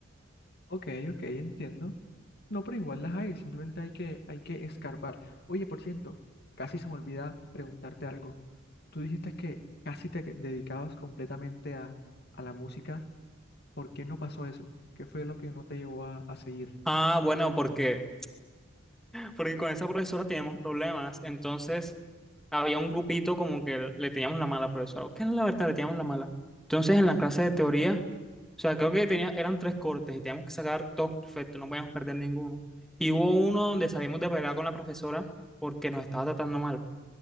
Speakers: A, on the left; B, in the centre.
A: <laughs> ok, ok, entiendo. No, pero igual las hay, simplemente hay que, hay que escarbar. Oye, por cierto, casi se me olvida preguntarte algo. Tú dijiste que casi te dedicabas completamente a, a la música. ¿Por qué no pasó eso? ¿Qué fue lo que no te llevó a, a seguir?
B: Ah, bueno, porque, porque con esa profesora teníamos problemas, entonces había un grupito como que le teníamos la mala a la profesora, que es la verdad, le teníamos la mala. Entonces en la clase de teoría O sea, creo que tenía, eran tres cortes y teníamos que sacar todos perfectos, no podíamos perder ninguno. Y hubo uno donde salimos de pelea con la profesora porque nos estaba tratando mal.